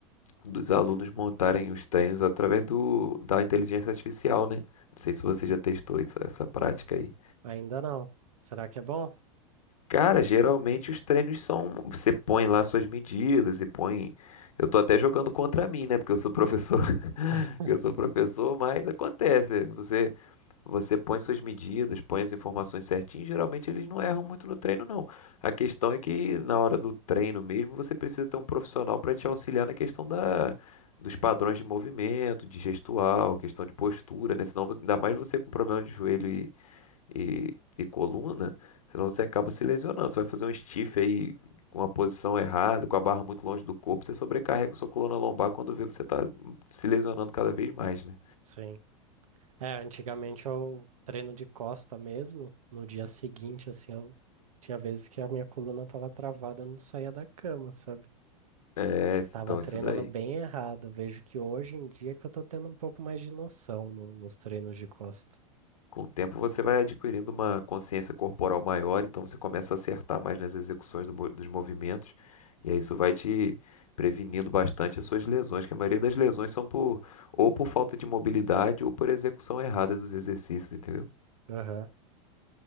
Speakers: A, on the left; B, on the right.
A: dos alunos montarem os treinos através do, da inteligência artificial, né? Não sei se você já testou isso- essa prática aí.
B: ainda não. Será que é bom?
A: Cara, geralmente os treinos são. Você põe lá suas medidas e põe. Eu tô até jogando contra mim, né? Porque eu sou professor. <laughs>
B: <laughs>
A: Eu sou professor, mas acontece. Você, você põe suas medidas, põe as informações certinhas. Geralmente eles não erram muito no treino, não. A questão é que na hora do treino mesmo, você precisa ter um profissional para te auxiliar na questão da, dos padrões de movimento, de gestual, questão de postura, né? Senão, você- ainda mais você com problema de joelho e, e coluna, senão você acaba se lesionando. Você vai fazer um stiff aí com a posição errada, com a barra muito longe do corpo, você sobrecarrega a sua coluna lombar quando vê você tá se lesionando cada vez mais, né?
B: Sim. É, antigamente eu treino de costa mesmo. No dia seguinte, assim, eu tinha vezes que a minha coluna tava travada, eu não saía da cama, sabe?
A: É,
B: Acho que tava
A: então
B: treinando
A: isso daí.
B: bem errado. Vejo que hoje em dia que eu tô tendo um pouco mais de noção no- nos treinos de costa.
A: Com o tempo você vai adquirindo uma consciência corporal maior, então você começa a acertar mais nas execuções do mo- dos movimentos, e aí isso vai te prevenindo bastante as suas lesões, que a maioria das lesões são por ou por falta de mobilidade ou por execução errada dos exercícios, entendeu?
B: Aham.